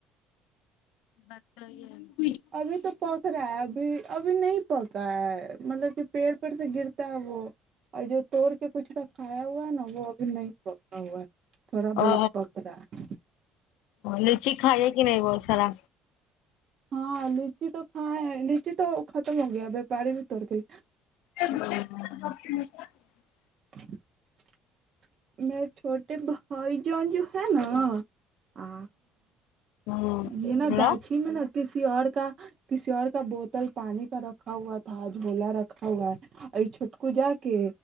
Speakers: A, on the left; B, on the right.
A: بت <inaudible>
B: ابھی تو پک رہا ہے ابھی ابھی نہیں پکا ہے مطلب کہ پیڑ پر سے گرتا ہے وہ اور جو توڑ کے کچھ رکھایا ہوا ہے نا وہ ابھی نہیں پکا ہوا ہے تھوڑا بہت
A: ا
B: پک رہا ہے
A: ل <inaudible> ج کھائیے کہ نہیں وہول سارا
B: ہاں لچی تو کائ لچی تو ختم ہو گیا وپاری بھی تر کے لی
A: <inaudible>
B: <inaudible> میرے چھوٹے بھائی جان جو ہے نا آ
A: ہوں
B: یہ نا
A: ہلو
B: گاچھی میں نا کس کسی اور کا کسی اور کا بوتل پانی کا رکھا ہوا تھا تھاج بولا رکھا ہوا ہے ا چھٹک جا کے